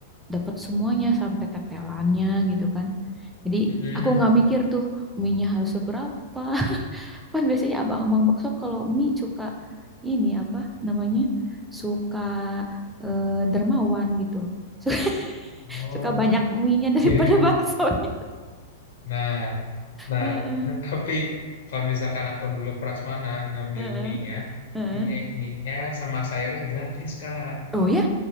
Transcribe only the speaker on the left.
mm-mm.
oh
<laughs>
Nah, nah
<laughs> tapi kalau misalkan aku dulu prasmanan ngambil
mie-nya,
mie-nya, mie-nya sama sayurnya gratis, Kak.